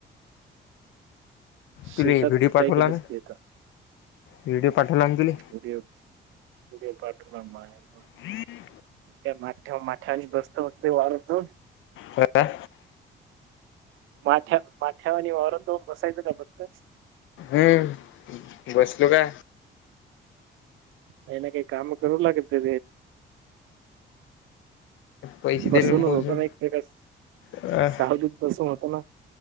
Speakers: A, on the left; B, on the right.
A: तु
B: शेतात
A: व्हिडिओ पाठवला
B: काय केलंस
A: म
B: ते आता
A: व्हिडीओ पाठवला म तुला
B: व्हिडिओ व्हिडिओ पाठला मला
A: हम्म
B: का माठा माठा बस्त वते वाढत
A: हं
B: माठ्या माठ्या आणि वावर तो बसायचं का फक्त
A: हम्म बसलो का?
B: काहीना काही काम करवू लागे ते
A: पैसे दिले
B: बसून न
A: मोजून
B: होत ना एक प्रकार
A: अ,
B: सावध बसून होत ना